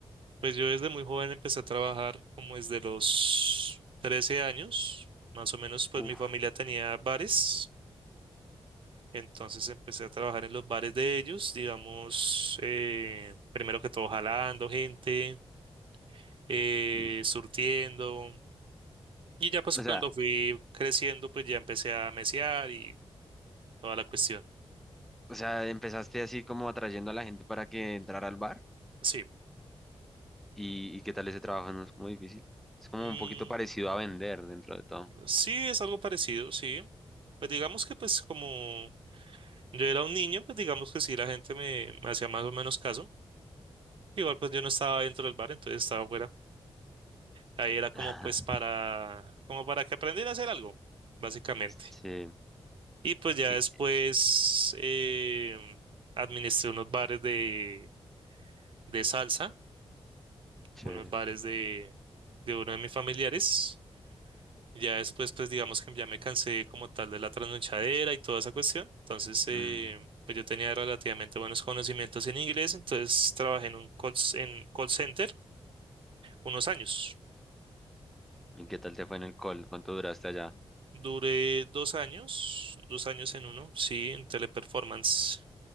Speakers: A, on the right (about 55°); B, in the centre.
A: Pues yo desde muy joven empecé a trabajar como desde los 13 años, más o menos, pues
B: Uf.
A: mi familia tenía bares, entonces empecé a trabajar en los bares de ellos, digamos, eh, primero que todo jalando gente, eh,
B: y-
A: surtiendo, y ya pues
B: O
A: cuando
B: sea,
A: fui creciendo, pues ya empecé a mesear y toda la cuestión.
B: o sea, empezaste así como atrayendo a la gente para que entrara al bar.
A: Sí,
B: ¿Y, y qué tal ese trabajo? ¿No es como difícil? Es como
A: Mm,
B: un poquito parecido a vender dentro de todo.
A: sí, es algo parecido, sí. Pues digamos que pues como yo era un niño, pues digamos que sí, la gente me me hacía más o menos caso. Igual pues yo no estaba dentro del bar, entonces estaba afuera. Ahí era como
B: <laughs>
A: pues para, como para que aprendiera a hacer algo, básicamente.
B: Sí,
A: Y pues ya
B: y,
A: después eh, administré unos bares de, de salsa,
B: chévere.
A: unos bares de, de uno de mis familiares. Ya después pues digamos que ya me cansé como tal de la trasnochadera y toda esa cuestión. Entonces eh,
B: Mm,
A: pues yo tenía relativamente buenos conocimientos en inglés, entonces trabajé en un call, en call center unos años.
B: ¿Y qué tal te fue en el call? ¿Cuánto duraste allá?
A: Duré dos años, dos años en uno, sí, en teleperformance,